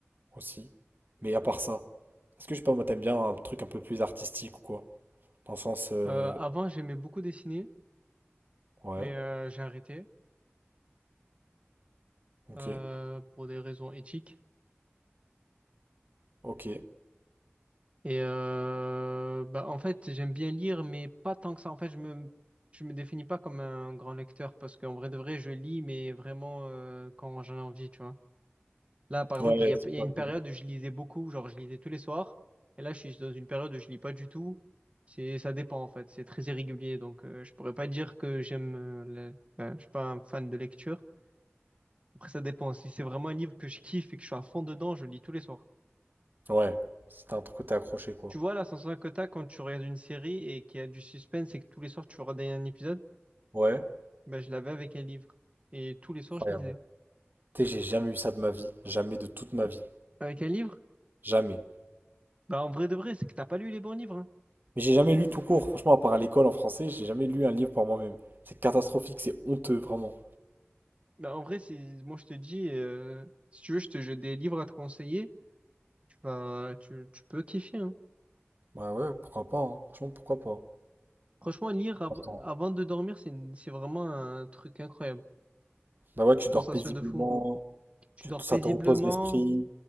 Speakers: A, on the right; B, on the right.
A: aussi. Mais à part ça, est-ce que je sais pas, moi, t'aimes bien un truc un peu plus artistique ou quoi? Dans le sens, euh,
B: Euh, avant, j'aimais beaucoup dessiner,
A: ouais,
B: mais euh, j'ai arrêté
A: ok,
B: euh, pour des raisons éthiques.
A: ok.
B: Et euh, bah, en fait, j'aime bien lire, mais pas tant que ça. En fait, je me, je me définis pas comme un grand lecteur parce qu'en vrai de vrai, je lis, mais vraiment euh, quand j'en ai envie, tu vois. Là, par exemple,
A: Ouais,
B: il y a,
A: c'est
B: il y
A: pas
B: a une
A: le
B: période où je lisais beaucoup, genre je lisais tous les soirs. Et là, je suis dans une période où je lis pas du tout. C'est, ça dépend en fait, c'est très irrégulier. Donc, euh, je pourrais pas dire que j'aime. euh, la- enfin, je suis pas un fan de lecture. Après, ça dépend. Si c'est vraiment un livre que je kiffe et que je suis à fond dedans, je lis tous les soirs.
A: Ouais, c'était un truc où t'es accroché, quoi.
B: Tu vois, la sensation que t'as quand tu regardes une série et qu'il y a du suspense et que tous les soirs tu veux regarder un épisode,
A: Ouais,
B: ben, je l'avais avec un livre. Et tous les soirs,
A: incroyable.
B: je lisais.
A: Tu sais, j'ai jamais eu ça de ma vie, jamais de toute ma vie,
B: Avec un livre?
A: jamais.
B: Ben, en vrai de vrai, c'est que t'as pas lu les bons livres. hein.
A: Mais j'ai jamais lu tout court, franchement, à part à l'école en français, j'ai jamais lu un livre par moi-même. C'est catastrophique, c'est honteux, vraiment.
B: Bah, en vrai, c'est moi je te dis, euh, si tu veux, je te j'ai des livres à te conseiller. Tu vas, tu, tu peux kiffer. hein.
A: Ouais, ouais, pourquoi pas, hein. Franchement, pourquoi pas.
B: Franchement, lire av-
A: Attends.
B: avant de dormir, c'est une- c'est vraiment un truc incroyable.
A: Bah ouais, tu
B: Sensation
A: dors paisiblement,
B: de fou. Tu
A: tu
B: dors
A: ça
B: paisiblement
A: te repose l'esprit,